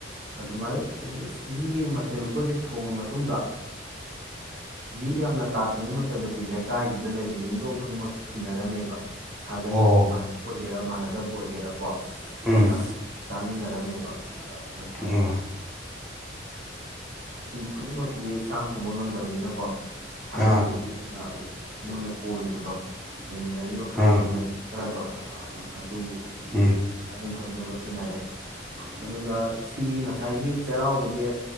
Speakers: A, on the right; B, in the centre.
A: ꯑꯗꯨꯃꯥꯏꯅ ꯁꯤꯒꯤ ꯃꯊꯦꯜ ꯂꯨꯀꯣꯏꯁꯦ ꯊꯣꯡꯉ ꯃꯇꯨꯡꯗ ꯃꯤ ꯌꯥꯝꯅ ꯇꯥꯗ꯭ꯔꯤꯉꯩ ꯃꯇꯝꯗꯗꯤ ꯂꯩꯀꯥꯏꯗꯨꯗ ꯂꯩꯔꯤꯕ ꯌꯨꯝꯊꯣꯡ ꯈꯨꯗꯤꯡꯃꯛꯇ ꯊꯤꯟꯅꯔꯝꯃꯦꯕ ꯁꯥꯒꯩꯒꯤ
B: ꯑꯣ
A: ꯃꯥꯟꯅꯄ ꯑꯣꯏꯒꯦꯔꯥ ꯃꯥꯟꯅꯗꯕ ꯑꯣꯏꯒꯦꯔꯥꯀꯣ ꯑꯩꯈꯅ
B: ꯎꯝ
A: ꯆꯥꯃꯤꯟꯅꯔꯝꯃꯦꯕ ꯑꯗꯨ
B: ꯑꯣ
A: ꯃꯁꯤꯡ ꯈꯨꯗꯤꯡꯃꯛꯁꯤꯗꯤ ꯆꯥꯛ ꯊꯣꯡꯕ ꯉꯝꯗꯕꯅꯤꯅꯀꯣ ꯁꯥꯒꯩꯗꯨꯒꯤ
B: ꯑꯥ
A: ꯑꯣꯏꯅ ꯃꯣꯏꯅ ꯀꯣꯜꯂꯤꯕꯗꯣ ꯂꯩꯃꯤꯟꯅꯔꯤꯕ ꯈꯔ
B: ꯑꯥ
A: ꯀꯧꯅꯔꯤꯕ ꯈꯔꯗꯣ ꯑꯗꯨꯒꯤ
B: ꯎꯝ
A: ꯆꯥꯃꯤꯟ ꯊꯛꯃꯤꯟꯅꯕ ꯊꯤꯅꯔꯦ ꯑꯗꯨꯒ ꯁꯤꯒꯤ ꯉꯁꯥꯏꯒꯤ ꯆꯩꯔꯥꯎꯕꯁꯦ